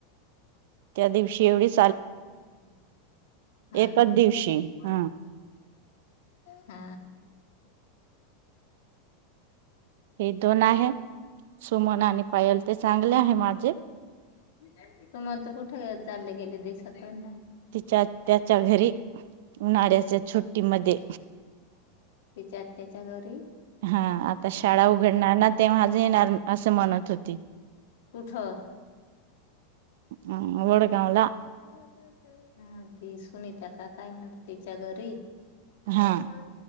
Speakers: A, on the right; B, on the left.
A: त्या दिव शेवढीच
B: <inaudible> हा
A: एकच
B: ना.
A: दिवशी
B: हा
A: ह
B: ह ह.
A: हे दोन आहे. सुमन आणि पायल ते चांगले आहे माझे.
B: तु म्हणत कुठे चालले गेले दिसत नाही.
A: तिच्या त्याच्या घरी उन्हाळ्याचे छू ट्टी मध्ये.
B: तिच्या त्याच्या घरी
A: हा आता शाळा उघडणार ना तेव्हाच येणार. असं म्हणत होती.
B: कुठं?
A: हम्म वडगावला.
B: <unintelligible> ती सुनीता का काय म्हणत तिच्या घरी?
A: हा
B: ता